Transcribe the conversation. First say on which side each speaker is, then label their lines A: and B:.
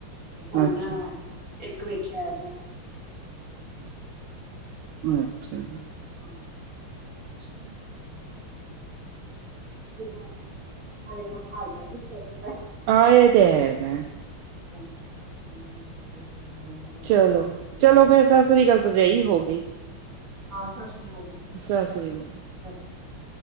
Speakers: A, on the right; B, on the right.
A: ਤੇ ਹੁਣ
B: ਅੱਛਾ
A: ਇੱਕ ਵੇਖਿਆਂ
B: ਅੱਛਾ।
A: ਹਾਂ।
B: <unintelligible>
A: <unintelligible> ਹੁਣ ਹਾਲ ਚਾਲ ਪੁੱਛਿਆ ਜਾਂਦਾ
B: ਹਾਂ, ਇਹ ਤੇ ਹੈਗਾ। ਭੈਣ
A: <unintelligible>
B: ਚਲੋ
A: ਪੁੱਛੀਦਾ
B: ਚਲੋ
A: ਨੀ
B: ਫਿਰ
A: ਸੀ।
B: ਸਤਿ ਸ੍ਰੀ ਆਕਾਲ ਭਰਜਾਈ ਹੋ ਗਈ
A: ਹਾਂ, ਸਤਿ ਸ੍ਰੀ ਅਕਾਲ ਜੀ।
B: ਚੱਲ ਸੋਈਏ
A: ਸਤਿ ਸ਼੍ਰੀ ਅਕਾਲ।